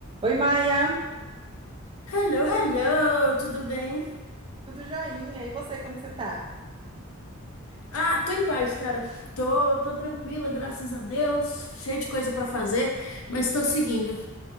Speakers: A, on the right; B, on the left.
A: Oi, Maia,
B: Hello, hello, tudo bem?
A: tudo joinha? E você, como que você tá?
B: Ah, tô em paz, cara. Tô, tô tranquila, graças a Deus. Cheio de coisa pra fazer, mas tô seguindo.